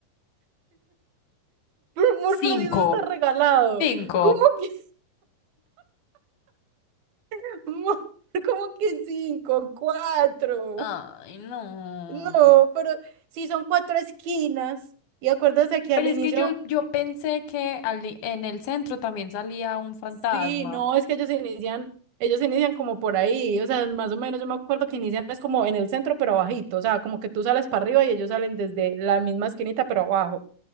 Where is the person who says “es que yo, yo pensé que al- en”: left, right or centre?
Left